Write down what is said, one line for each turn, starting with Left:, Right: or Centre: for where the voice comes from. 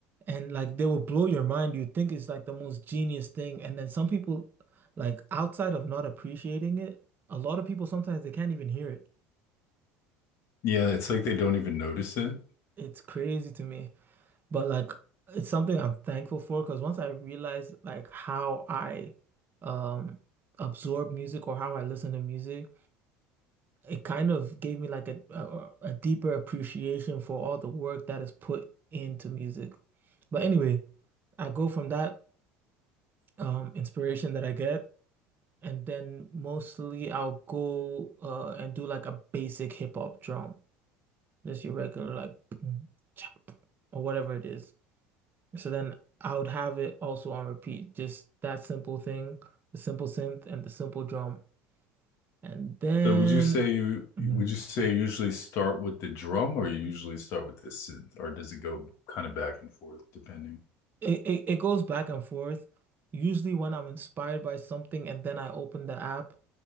Right: And like they will blow your mind. You think it's like the most genius thing. And then some people, like outside of not appreciating it, a lot of people sometimes they can't even hear it.
Left: Yeah, it's like they don't even notice it.
Right: It's crazy to me. But like it's something I'm thankful for because once I realized like how I um absorb music or how I listen to music it kind of gave me like a, a a deeper appreciation for all the work that is put into music. But anyway, I go from that um inspiration that I get, and then mostly I'll go uh and do like a basic hip hop drum, just your regular like boom, chop, or whatever it is. So then I would have it also on repeat, just that simple thing, the simple synth and the simple drum, and then.
Left: So would you say you
Right: mm-hmm.
Left: would you say you usually start with the drum or you usually start with the synth or does it go kind of back and forth depending?
Right: It, it it goes back and forth. Usually when I'm inspired by something and then I open the app,